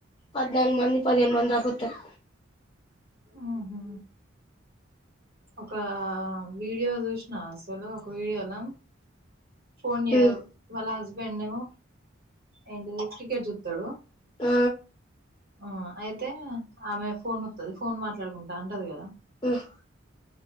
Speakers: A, on the left; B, on the right.
A: పద్నాలుగు మంది పదిహేను మంది దాక ఓత్తరు
B: మ్ హూ ఒక్క వీడియో చూసినవా అసలు ఒక వీడియో ల ఫోన్ చే
A: ఉమ్
B: వాళ్ళ హస్బెండ్ నేమో ఎంటిది క్రికెట్ చూత్తడు
A: ఆ
B: ఆ అయితే ఆమె ఫోన్ ఒత్తది ఫోన్ మాట్లాడుకుంటా అంటది కదా
A: ఉమ్